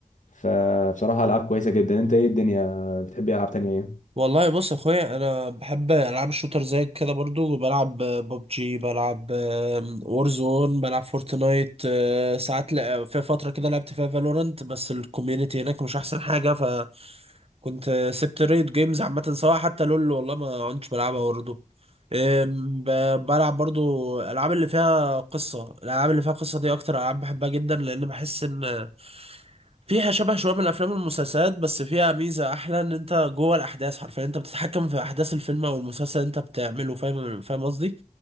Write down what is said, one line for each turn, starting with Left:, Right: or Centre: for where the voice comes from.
Left: فبصراحه العاب كويسه جدا انت ايه الدنيا بتحب ايه العاب تانية ايه
Right: والله بص يا اخويا انا بحب العاب الشوتر زيك كده برضو بلعب ببجي بلعب وورزون بلعب فورتنايت آه، ساعات لا- في فتره كده لعبت فيها فالورنت بس الكوميونتي هناك مش احسن حاجه كنت سبت ريد جيمز عامة سواء حتى لول والله ما كنتش بلعبها برضه أم، ب- بلعب برضو الألعاب اللي فيها قصة الألعاب اللي فيها قصة دي أكتر ألعاب بحبها جدا لأن بحس إن فيها شبه شوية من الأفلام والمسلسلات بس فيها ميزة أحلى إن أنت جوه الأحداث حرفيا أنت بتتحكم في أحداث الفيلم أو المسلسل اللي أنت بتعمله فاهم فاهم قصدي؟